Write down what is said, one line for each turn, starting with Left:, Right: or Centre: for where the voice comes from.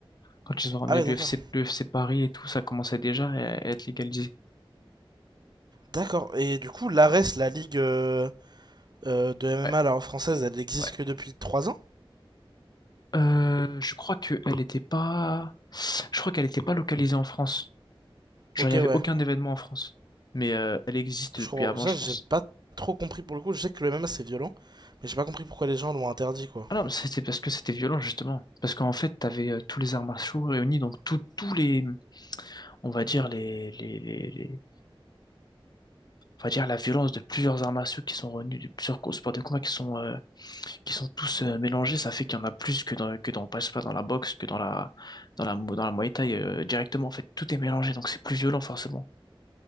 Left: Quand ils ont ramené
Right: Ah ouais,
Left: l'UFC,
Right: d'accord.
Left: l'UFC Paris et tout, ça commençait déjà à, à être légalisé.
Right: D'accord. Et du coup, l'ARES, la ligue... euh, euh, de MMA,
Left: Ouais,
Right: la française, elle existe
Left: ouais.
Right: que depuis trois ans
Left: Euh, je crois que elle était pas. Je crois qu'elle était pas localisée en France. Genre,
Right: Ok,
Left: il y avait
Right: ouais.
Left: aucun événement en France. Mais euh, elle existe
Right: Je
Left: depuis
Right: crois...
Left: avant,
Right: Ça,
Left: je
Right: j'ai
Left: pense.
Right: pas trop compris pour le coup. Je sais que le MMA, c'est violent, mais j'ai pas compris pourquoi les gens l'ont interdit, quoi.
Left: Ah non, mais c'était parce que c'était violent justement. Parce qu'en fait, t'avais euh, tous les arts martiaux réunis, donc tout- tous les, on va dire les, les, les, les- on va dire la violence de plusieurs arts martiaux qui sont réunis, de plusieurs co- sports de combat qui sont, euh, qui sont tous euh, mélangés. Ça fait qu'il y en a plus que dans, que dans, je sais pas, dans la boxe, que dans la, dans la, mo- dans la Muay Thai euh, directement. En fait, tout est mélangé, donc c'est plus violent forcément.